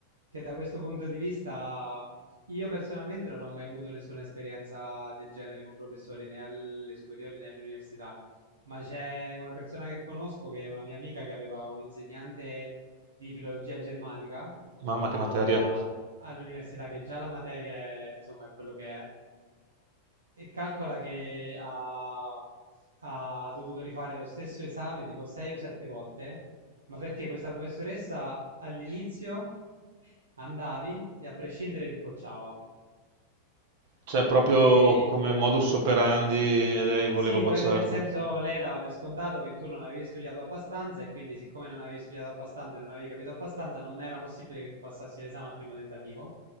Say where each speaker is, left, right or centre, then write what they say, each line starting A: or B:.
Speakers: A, on the right; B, on the right.
A: che da questo punto di vista io personalmente non ho mai avuto nessuna esperienza del genere con professori né alle superiori né all'università, ma c'è una persona che conosco che è una mia amica che aveva un insegnante di filologia germanica
B: mamma
A: a-
B: che materia.
A: all'università che già la materia è, insomma, è quello che è e calcola che ha, ha dovuto rifare lo stesso esame tipo 6 o 7 volte, ma perché questa professoressa all'inizio andavi e a prescindere ti bocciava.
B: Cioè, proprio
A: E
B: come modus operandi lei voleva
A: sì,
B: bocciarti.
A: proprio nel senso lei dava per scontato che tu non avevi studiato abbastanza e quindi siccome non avevi studiato abbastanza e non avevi capito abbastanza, non era possibile che tu passassi l'esame al primo tentativo.